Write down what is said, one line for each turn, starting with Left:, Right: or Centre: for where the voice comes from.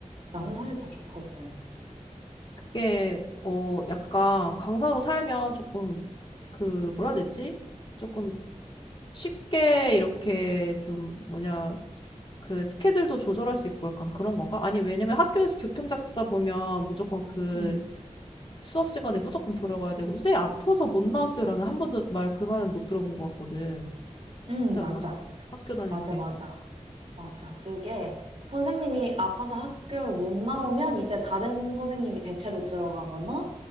Right: 나는 사실 더 좋거든.
Left: 그게, 어, 약간 강사로 살면 조금, 그, 뭐라 해야 되지? 조금 쉽게 이렇게 좀, 뭐냐, 그 스케줄도 조절할 수 있고 약간 그런 건가? 아니, 왜냐면 학교에서 교편 잡다 보면 무조건 그
Right: 응,
Left: 수업 시간에 무조건 들어가야 되고, 선생님 아파서 못 나왔어요라는 한 번도 말, 그 말은 못 들어본 것 같거든.
Right: 응,
Left: 그렇지
Right: 맞아.
Left: 않아? 학교 다닐
Right: 맞아,
Left: 때.
Right: 맞아. 맞아. 그게 선생님이 아파서 학교를 못 나오면 이제 다른 선생님이 대체로 들어가거나